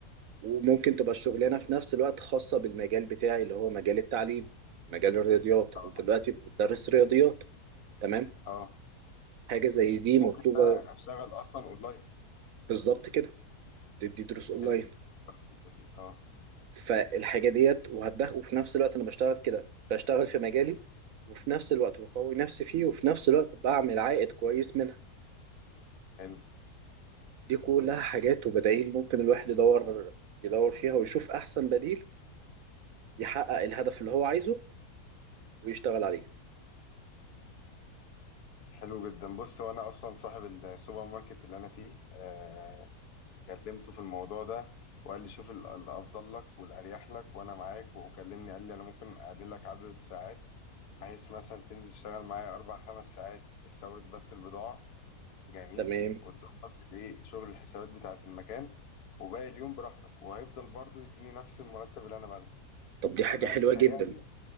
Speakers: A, on the right; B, on the left.
A: وممكن تبقى الشغلانه في نفس الوقت خاصه بالمجال بتاعي اللي هو مجال التعليم مجال الرياضيات
B: اه
A: انت دلوقتي بتدرس رياضيات تمام
B: اه
A: حاجه زي دي مطلوبه
B: ممكن انا اشتغل اصلا اونلاين
A: بالظبط كده تدي دروس اونلاين
B: حلو الفكره دي اه
A: فالحاجه ديت وهتدخل وفي نفس الوقت انا بشتغل كده بشتغل في مجالي وفي نفس الوقت بقوي نفسي فيه وفي نفس الوقت بعمل عائد كويس منها
B: حلو
A: دي كلها حاجات وبدائل ممكن الواحد يدور يدور فيها ويشوف احسن بديل يحقق الهدف اللي هو عايزه ويشتغل عليه
B: حلو جدا بص هو انا اصلا صاحب السوبر ماركت اللي انا فيه آه كلمته في الموضوع ده وقال لي شوف ال- الافضل لك والاريح لك وانا معاك وكلمني قال لي انا ممكن اقلل لك عدد الساعات بحيث مثلا تنزل تشتغل معايا اربع خمس ساعات تستورد بس البضاعه جميل
A: تمام
B: وتظبط الايه شغل الحسابات بتاعه المكان وباقي اليوم براحتك وهيفضل برضو يديني نفس المرتب اللي انا باخده
A: طب دي حاجة
B: فده
A: حلوة
B: تهيألي
A: جدا